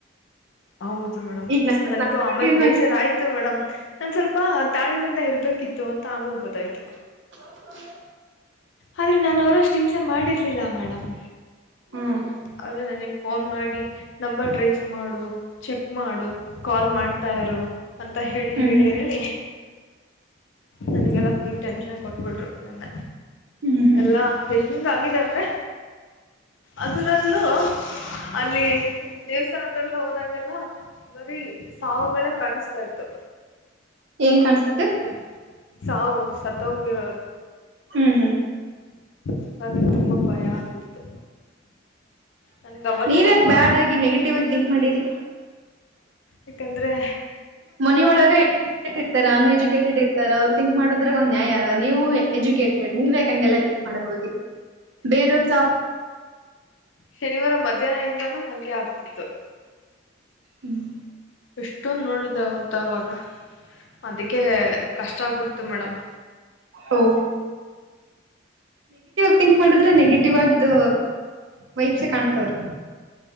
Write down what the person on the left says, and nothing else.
ಹೌದು ಮೇಡಮ್
ನನ್ಗೂ ಆಮೇಲ್
ಬೇಜಾರಾಯ್ತು ಮೇಡಮ್ ನನ್ ಸ್ವಲ್ಪ ತಾಳ್ಮೆಯಿಂದ ಇರ್ಬೇಕಿತ್ತು. ಅಂತ ಆಮೆಲ್ ಗೊತ್ತಾಯ್ತು.
ಆದ್ರೆ ನಾನು ಅವರಷ್ಟು ಹಿಂಸ ಮಾಡಿರ್ಲಿಲ್ಲ ಮೇಡಮ್
ಅವರು ನನಗೆ ಫೋನ್ ಮಾಡಿ. ನಂಬರ್ ಟ್ರೇಸ್ ಮಾಡು. ಚೆಕ್ ಮಾಡು ಕಾಲ್ ಮಾಡ್ತಾ ಇರು. ಅಂತ ಹೇಳಿ
ಹೇಳಿ ಹೇಳಿ ನನಗೆಲ್ಲ ಫುಲ್ ಟೆನ್ಷನ್. ಕೊಟ್ಬಿಟ್ರು ನನ್ನೆ
ಎಲ್ಲಾ ಎಲ್ಲಿಂದ ಆಗಿದೆ ಅಂದ್ರೆ. ಅದರಲ್ಲೂ ಅಲ್ಲಿ ದೇವಸ್ಥಾನ ಹತ್ರೆಲ್ಲ ಹೊ <unintelligible> ಗಬರೀ ಸಾವ್ಗಳೆ ಕಾಣಿಸತಾ ಇತ್ತು.
ಹಂಗಾಗಿತ್ತು ಸಾವು ಸತ್ತ ಹೋಗಿರೋರು.
ಹಾಗಾಗಿ ತುಂಬಾ ಭಯ ಆಗ್ಬಿಡ್ತು. ನನಗೆ ಅವಾಗೆ
ಸ್ವಲ್ಪ
ಯಾಕಂದ್ರೆ.
ಶನಿವಾರ ಮಧ್ಯಾಹ್ನ ಇಂದಾನೂ ಹಂಗೆ ಆಗ್ತಿತ್ತು.
ಎಷ್ಟೊಂದು ನೋಡಿದಾವ. <unintelligible> ವಾಗ ಅದಕ್ಕೆ ಕಷ್ಟ ಆಗ್ಬಿಡ್ತು ಮೇಡಮ್. <inaudible>